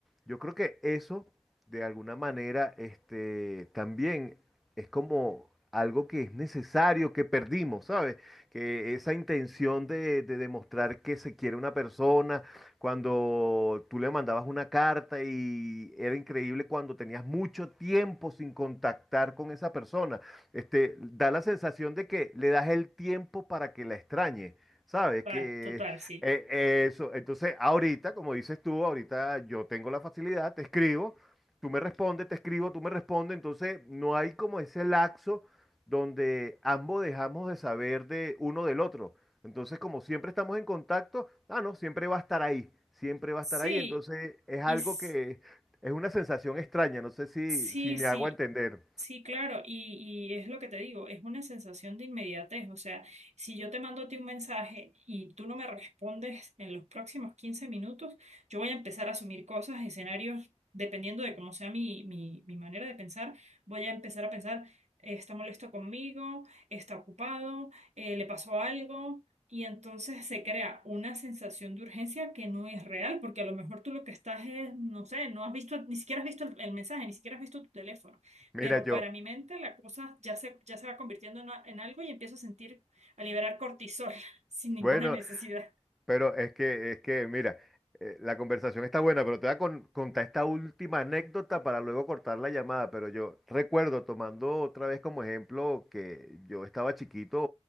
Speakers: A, in the centre; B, on the right.
A: yo creo que eso, de alguna manera, este, también es como algo que es necesario, que perdimos, ¿sabes? Que esa intención de, de demostrar que se quiere una persona, cuando tú le mandabas una carta y era increíble cuando tenías mucho tiempo sin contactar con esa persona. Este, da la sensación de que le das el tiempo para que la extrañe, ¿sabes?
B: Total,
A: Que
B: total, sí.
A: eh, eso, entonces ahorita, como dices tú, ahorita yo tengo la facilidad, te escribo, tú me respondes, te escribo, tú me respondes, entonces no hay como ese laxo donde ambos dejamos de saber de uno del otro. Entonces, como siempre estamos en contacto, ah, no, siempre va a estar ahí, siempre va
B: Sí,
A: a estar ahí. Entonces, es algo
B: y s-
A: que es una sensación extraña, no sé si,
B: sí,
A: si me
B: sí.
A: hago entender.
B: Sí, claro, y, y es lo que te digo, es una sensación de inmediatez, o sea, si yo te mando a ti un mensaje y tú no me respondes en los próximos 15 minutos, yo voy a empezar a asumir cosas, escenarios, dependiendo de cómo sea mi, mi, mi manera de pensar, voy a empezar a pensar, eh, está molesto conmigo, está ocupado, eh, le pasó algo, y entonces se crea una sensación de urgencia que no es real, porque a lo mejor tú lo que estás es, no sé, no has visto, ni siquiera has visto el el mensaje, ni siquiera has visto tu teléfono
A: Mira,
B: pero
A: yo,
B: para mi mente la cosa ya se, ya se va convirtiendo en, a- en algo y empiezo a sentir, a liberar cortisol <laughs> sin ninguna
A: bueno,
B: necesidad.
A: Pero es que, es que, mira, eh, la conversación está buena, pero te voy a con- contar esta última anécdota para luego cortar la llamada. Pero yo recuerdo, tomando otra vez como ejemplo, que yo estaba chiquito,